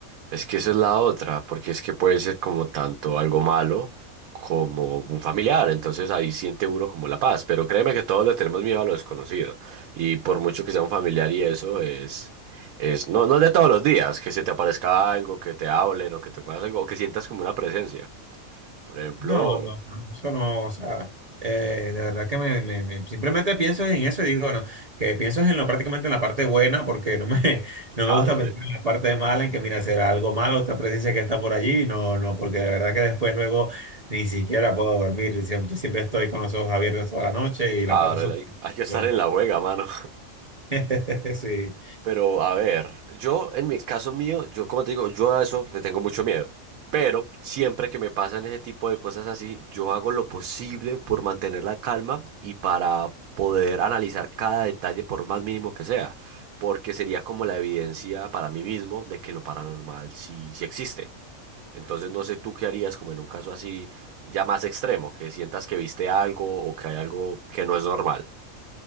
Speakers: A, on the right; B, on the right.
A: Es que esa es la otra, porque es que puede ser como tanto algo malo como un familiar, entonces ahí siente uno como la paz, pero créeme que todos le tenemos miedo a lo desconocido, y por mucho que sea un familiar y eso es... Es, no, no es de todos los días, que se te aparezca algo, que te hablen o que te muevas algo, o que sientas como una presencia. Por ejemplo,
B: No, no, no, eso no, o sea, eh, de verdad que me, me- me- simplemente pienso en eso y digo, bueno, que pienso en lo prácticamente en la parte buena, porque no me, <laughs> no
A: Ah,
B: me gusta
A: sí.
B: pensar en la parte mala, en que mira, será algo malo, esta presencia que está por allí, no, no, porque de verdad que después luego ni siquiera puedo dormir, siempre, siempre estoy con los ojos abiertos toda la noche y
A: Ahora
B: la paso súper
A: hay, hay que estar
B: dormida.
A: en la juega, mano.
B: <laughs> Sí.
A: Pero a ver, yo en mi caso mío, yo como te digo, yo a eso le tengo mucho miedo. Pero siempre que me pasan ese tipo de cosas así, yo hago lo posible por mantener la calma y para poder analizar cada detalle por más mínimo que sea, porque sería como la evidencia para mí mismo de que lo paranormal sí, sí existe. Entonces no sé tú qué harías como en un caso así ya más extremo, que sientas que viste algo o que hay algo que no es normal.